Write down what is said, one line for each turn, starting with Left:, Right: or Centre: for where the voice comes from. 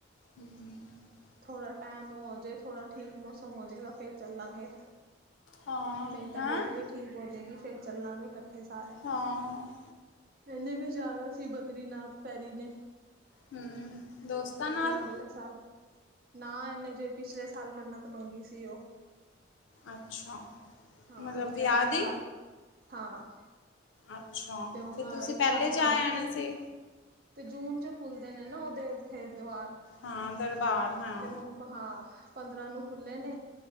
Left: <unintelligible>
Right: ਥੋੜਾ ਟਾਈਮ ਹੋਜੇ, ਥੋੜਾ ਠੀਕ ਮੌਸਮ ਹੋ ਜੇਗਾ ਫੇਰ ਚੱਲਾਂਗੇ।
Left: ਹਾਂ
Right: ਮੇਰੀ ਤਬੀਅਤ
Left: ਹੈਂ
Right: ਵੀ ਠੀਕ ਹੋ ਜਾਏਗੀ, ਫੇਰ ਚੱਲਾਂਗੇ ਇਕੱਠੇ ਸਾਰੇ।
Left: ਹਾਂ
Right: ਇਹਨੇ ਵੀ ਜਾਣਾ ਸੀ ਬਦਰੀਨਾਥ ਪੈਰੀ ਨੇ।
Left: ਹੂੰ, ਦੋਸਤਾਂ
Right: ਫੇਰ
Left: ਨਾਲ
Right: ਹੁਣ ਅਗਲੇ ਸਾਲ ਨਾ ਇਹਨੇ ਜੇ ਪਿਛਲੇ ਸਾਲ ਮੰਨਤ ਮੰਗੀ ਸੀ ਉਹ।
Left: ਅੱਛਾ।
Right: ਹਾਂ,
Left: ਮਤਲਬ
Right: ਤੇ
Left: ਵਿਆਹ
Right: ਅਗਲੇ
Left: ਦੀ
Right: ਸਾਲ ਹਾਂ।
Left: ਅੱਛਾ,
Right: ਤੇ ਹੁਣ
Left: ਫਿਰ ਤੁਸੀਂ
Right: ਇਸ
Left: ਪਹਿਲੇ
Right: ਸਾਲ
Left: ਜਾ
Right: ਜਾਣਾ
Left: ਆਣਾ ਸੀ।
Right: ਤੇ ਜੂਨ ਜੋ ਖੁੱਲਦੇ ਨੇ ਨਾ, ਉਹਦੇ ਉੱਥੇ ਦੀਵਾਰ
Left: ਹਾਂ ਦਰਬਾਰ ਹਾਂ
Right: ਤੇ ਹੁਣ ਹਾਂ ਪੰਦਰਾਂ ਨੂੰ ਖੁੱਲ੍ਹੇ ਨੇ,